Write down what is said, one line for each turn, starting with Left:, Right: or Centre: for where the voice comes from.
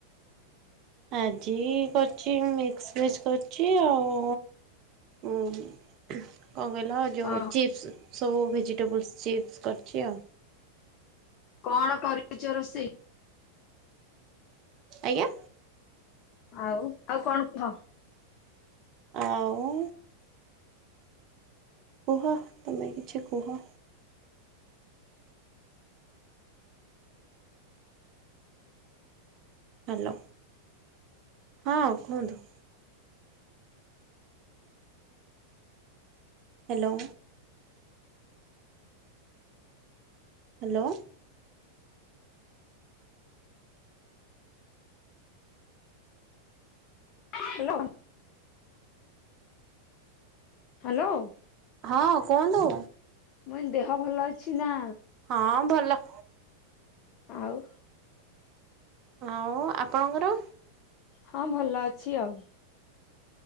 Right: ଆଜି କରଛି ମିକ୍ସ ଭେଜ କରିଛି। ଆଉ ଓ। କଣ କହିଲ ଯେଉଁ
Left: ଅ
Right: ଚିପ୍ସ ସବୁ ଭେଜିଟେବୁଲ୍ସ ଚିପ୍ସ କରିଛି ଆଉ।
Left: କଣ କରିଛ ରୋଷେଇ?
Right: ଆଜ୍ଞା
Left: ଆଉ ଆଉ କଣ କୁହ?
Right: ଆଉ। କୁହ ତମେ କିଛି କୁହ। ହ୍ୟାଲୋ ହଁ କୁହନ୍ତୁ। ହ୍ୟାଲୋ ହ୍ୟାଲୋ
Left: ହ୍ୟାଲୋ ହ୍ୟାଲୋ
Right: ହଁ କୁହନ୍ତୁ।
Left: ମୁ ଇ ଦେହ ଭଲ ଅଛି ନା
Right: ହଁ ଭଲ
Left: ଆଉ
Right: ଆଉ ଆପଣଙ୍କର?
Left: ହଁ ଭଲ ଅଛି ଆଉ।